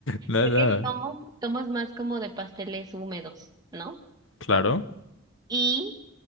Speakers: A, on the left; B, on the right.
A: No,
B: creo
A: no.
B: que somos, somos más como de pasteles húmedos, ¿no?
A: Claro.
B: y